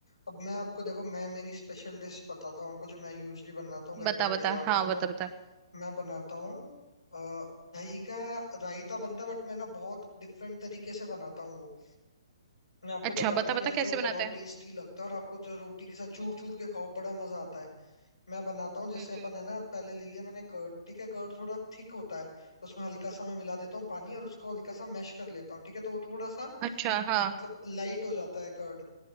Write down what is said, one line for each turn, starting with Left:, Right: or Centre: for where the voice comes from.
Left: अब मैं आपको देखो मैं मेरी स्पेशल डिश बताता हूँ आपको जो मैं यूजली बनाता हूँ घर
Right: बता
Left: पे अकेला
Right: बता
Left: होता
Right: हाँ
Left: हूँ
Right: बता
Left: तब
Right: बता
Left: मैं बनाता हूँ अ, दही का रायता बनता है बट मैं ना बहुत डिफरेंट तरीके से बनाता हूँ वो मैं आपको
Right: अच्छा
Left: बताता
Right: बता
Left: हूँ
Right: बता
Left: कैसे और
Right: कैसे
Left: वो
Right: बनाता
Left: बड़ा
Right: है
Left: टेस्टी लगता है और आपको जो रोटी के साथ चूर चूर के खाओ बड़ा मजा आता है मैं बनाता हूँ जैसे
Right: हम्म
Left: अपन है ना पहले ले लिया मैंने कर्ड ठीक है कर्ड थोड़ा थिक होता है तो उसमें हल्का सा मैं मिला देता हूँ पानी और उसको हल्का सा मैश कर लेता हूँ ठीक है तो वो थोड़ा सा
Right: अच्छा हाँ
Left: मतलब लाइट हो जाता है कर्ड